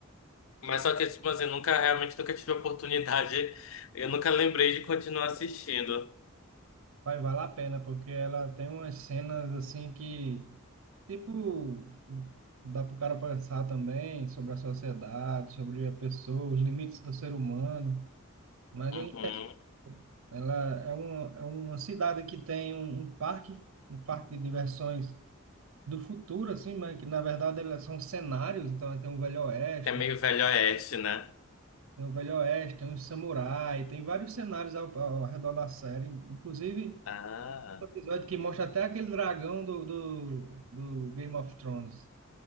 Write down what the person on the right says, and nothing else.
Vai valer a pena, porque ela tem umas cenas assim que, tipo, dá pro cara pensar também sobre a sociedade, sobre a pessoa, os limites do ser humano. Mas
aí, é, ela é uma, é uma cidade que tem um, um parque, um parque de diversões do futuro, assim, mas que na verdade elas são cenários, então ela tem um Velho Oeste,
Tem o Velho Oeste, tem os samurai, tem vários cenários ao, ao redor da série. Inclusive,
um episódio que mostra até aquele dragão do, do, do Game of Thrones.